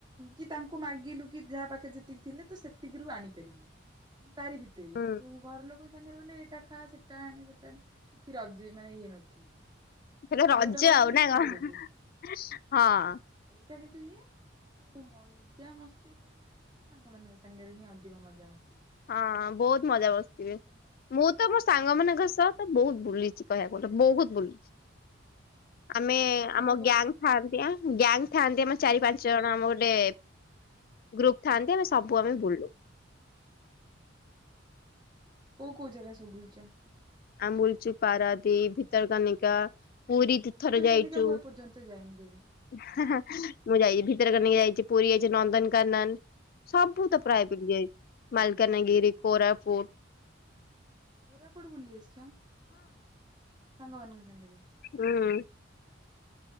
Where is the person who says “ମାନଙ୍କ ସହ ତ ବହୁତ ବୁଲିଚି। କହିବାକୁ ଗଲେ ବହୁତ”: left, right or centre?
Left